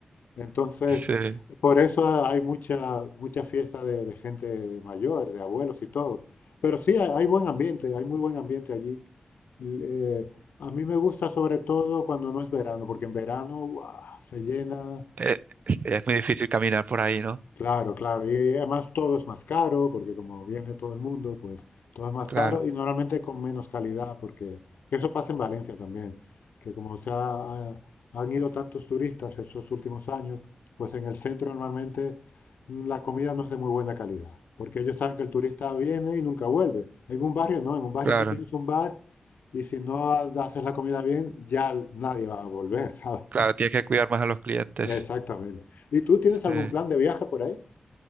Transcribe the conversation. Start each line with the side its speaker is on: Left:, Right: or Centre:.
Left: Entonces,
Right: Sí.
Left: por eso hay mucha, mucha fiesta de, de gente mayor, de abuelos y todo. Pero sí, hay, hay buen ambiente, hay muy buen ambiente allí. L- eh, a mí me gusta sobre todo cuando no es verano, porque en verano ¡guau! se llena.
Right: Eh, sí, es muy difícil caminar por ahí, ¿no?
Left: Claro, claro. Y además todo es más caro, porque como viene todo el mundo, pues todo es más
Right: Claro,
Left: caro y normalmente con menos calidad, porque eso pasa en Valencia también, que como se ha- han ido tantos turistas estos últimos años, pues en el centro normalmente mm, la comida no es de muy buena calidad, porque ellos saben que el turista viene y nunca vuelve. En un barrio no, en un barrio
Right: claro,
Left: tú tienes un bar y si no ha- haces la comida bien, ya nadie va a volver, ¿sabes?
Right: claro.
Left: <laughs>
Right: Tienes que cuidar más a los clientes.
Left: Exactamente. ¿Y tú tienes
Right: Sí.
Left: algún plan de viaje por ahí?